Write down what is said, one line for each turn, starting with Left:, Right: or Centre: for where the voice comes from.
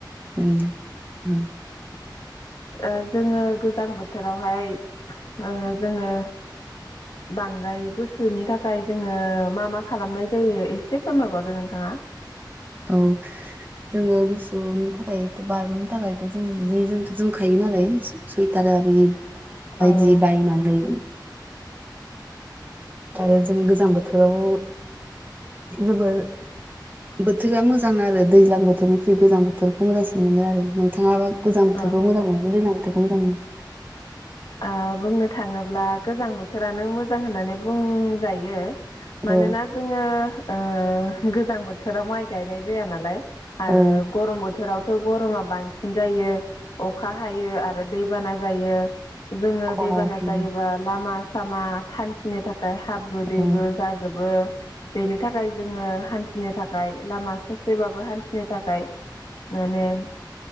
Right: औ औ
Left: ओ जोङो गोजां बोथोरावहाय ओ जोङो
Right: <inaudible>
Left: बांद्राय गुसुनि थाखाय जोङो मा मा खालामनाय जायो एसे फोरमायबावदो नोंथाङा
Right: औ जोङो गुसुनि थाखायथ' बारगनो थाखायथ' जों जि जोमथ' जोमखायो नालाय सुइटार आरि बायदि
Left: औ
Right: बायनानै आरो जों गोजां बोथोराव जोबोर बोथोरा मोजां आरो दैज्लां बोथोरनिख्रुइ गोजां बोथोरखौ मोजांसिन मोनो आरो नोंथाङा बा गोजां बोथोरखौ
Left: औ
Right: मोजां मोनो दैज्लां बोथोरखौ मोजां मोनो
Left: ओ बुंनो थाङोब्ला गोजां बोथोरानो मोजां होननानै बुंजायो मानोना
Right: औ
Left: जोङो ओ गोजां बोथोराव माइ गायनाय जाया नालाय आरो
Right: ओं
Left: गरम बोथोराव थ' गरमा बांसिन जायो अखा हायो आरो दैबाना जायो जोङो
Right: खहा
Left: दैबाना
Right: फैयो
Left: जायोबा लामा सामा हान्थिनो थाखाय हाब्रु दैब्रु
Right: ओं
Left: जाजोबो बेनि थाखाय जोङो हान्थिनो थाखाय लामा ससेबाबो हान्थिनो थाखाय माने